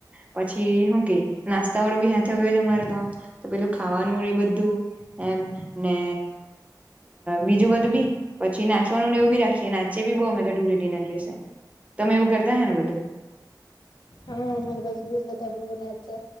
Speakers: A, on the right; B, on the left.
A: પછી હુ કે નાસ્તા વાળો બી સાથે આવયો છે અમારે તો પેલું ખાવાનું એ બધું એમ ને બીજું બધું બી પછી નાચવાનું ને એવું બી રાખીએ નાચેયે બી બહુ અમે તો ધુંડેટીના દિવસે તમે એવું કરતા હે ને બધું
B: હા અમારા બાંજુ બી બધા બોહ નાચે